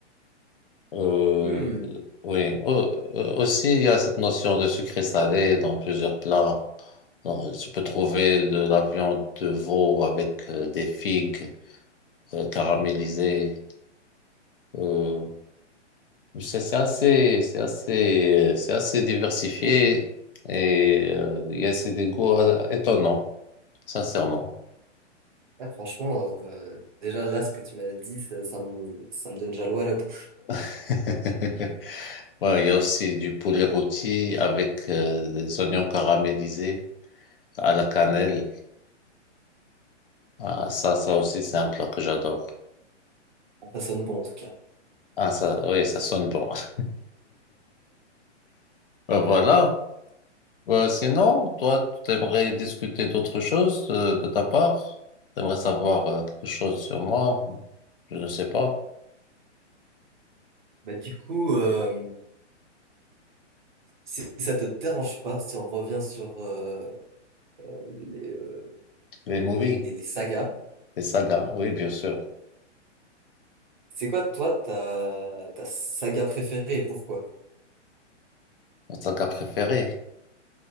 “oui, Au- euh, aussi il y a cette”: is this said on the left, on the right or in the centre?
Left